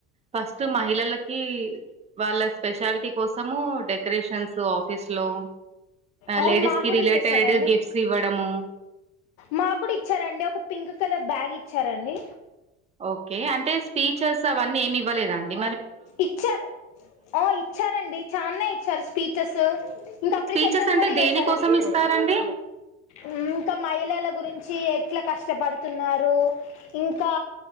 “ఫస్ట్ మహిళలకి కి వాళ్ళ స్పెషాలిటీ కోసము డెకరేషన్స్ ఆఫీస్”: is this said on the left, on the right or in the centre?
Right